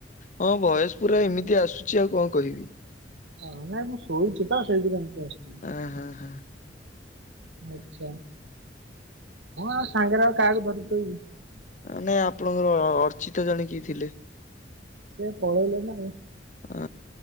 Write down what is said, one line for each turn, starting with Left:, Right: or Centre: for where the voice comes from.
Left: ହଁ ଭଏସ୍ ପୁରା ଏମିତି ଆସୁଛି ଆଉ କଣ କହିବି?
Right: ହଁ ନା ମୁଁ ଶୋଉଛି ତ ସେଇଥିପାଇଁ ଏମିତି ଆସୁଛିି।
Left: ହେଁ ହେଁ ହେଁ
Right: ମୁଁ ଆଉ ସାଙ୍ଗରେ ଆଉ କାହାକୁ ଧରି କି ଶୋଇବି।
Left: ନାଇଁ ଆପଣଙ୍କର ଅର୍ଚ୍ଚିତା ଜଣେ କିିଏ ଥିଲେ।
Right: ସେ ପଳେଇଲେ ନା ଆଉ।
Left: ଅ